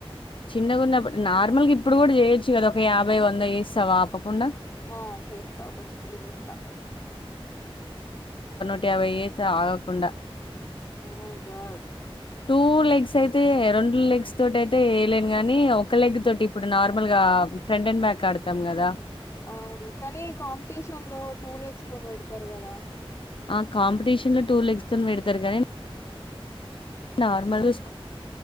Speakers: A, on the left (about 60°); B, on the left (about 30°).
A: చిన్నగున్నప్పుడు నార్మల్గా ఇప్పుడు కూడా చేయొచ్చు కదా ఒక యాభై వంద చేస్తావా ఆపకుండా
B: ఆ చేస్తా ఒక ఫిఫ్టీ చేస్తా
A: నూటయాభై చేస్త ఆగకుండా
B: ఓమై గార్డ్
A: టూ లెగ్స్ అయితే రెండు లెగ్స్ తోటి అయితే ఎయలేను కానీ ఒక లెగ్ తోటి ఇప్పుడు నార్మల్గా ఫ్రంట్ అండ్ బ్యాక్ ఆడతాం కదా
B: అవును కానీ కాంపిటీషన్ లో టూ లేగ్స్ తో పెడతారు కదా
A: ఆ కాంపిటీషన్ లో టూర్ లెగ్స్తోన్ పెడతారు గానీ నార్మల్గా స్కూ